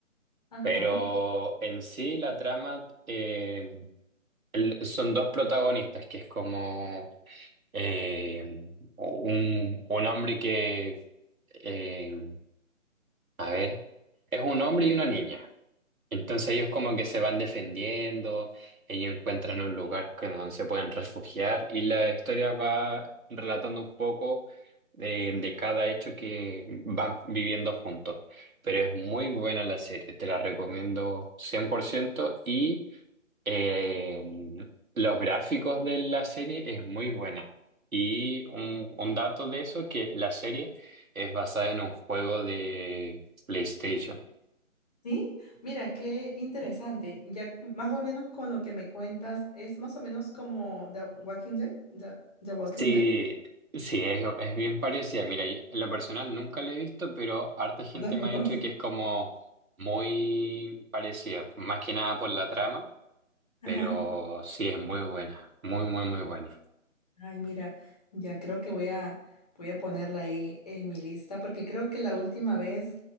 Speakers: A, on the left; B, on the right.
A: Ajá.
B: Pero en sí la trama eh, el- son dos protagonistas, que es como eh, un, un hombre que eh, a ver, es un hombre y una niña. Entonces ellos como que se van defendiendo, ellos encuentran un lugar que- donde se pueden refugiar y la historia va relatando un poco de, de cada hecho que van viviendo juntos. Pero es muy buena la serie, te la recomiendo 100% y eh, los gráficos de la serie es muy buena. Y un, un dato de eso, que la serie es basada en un juego de PlayStation.
A: Sí, mira, qué interesante. Ya que más o menos con lo que me cuentas, es más o menos como The Walking Dead. The, The Walking
B: Sí,
A: Dead.
B: sí, es, es bien parecida. Mira, yo en lo personal nunca la he visto, pero harta gente
A: Yo tampoco.
B: me ha dicho
A: <laughs>
B: que es como muy parecida, más que nada por la trama, pero
A: Ajá.
B: sí es muy buena, muy, muy, muy buena.
A: Ay, mira, ya creo que voy a, voy a ponerla ahí en mi lista porque creo que la última vez